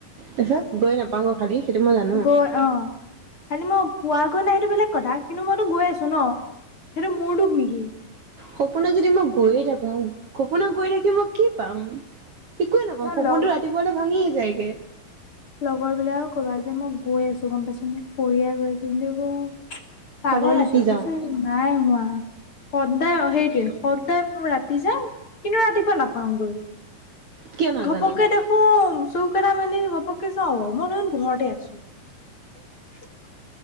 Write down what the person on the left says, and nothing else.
গৈ অ খালি মই পোৱাগৈ নাই এইটো বেলেগ কথা কিন্তু মইতো গৈ আছো ন সেইটো মোৰ দোষ নেকি?
ধৰ
লগ
লগৰ বিলাও ক'বাত যাই মই গৈ আছো গম পাইছা নে কৰিয়াই গৈ আছো কিন্তু পাগল
হৈছ কৈছে
নাই হোৱা। সদায় অ সেইটোৱে সদায় মই ৰাতি যাম কিন্তু ৰাতিপুৱা নাপাওগৈ
ঘপককে দেখো চকুকেইটা মেলি ঘপককে চাও মই দেখোন ঘৰতে আছো। <unintelligible>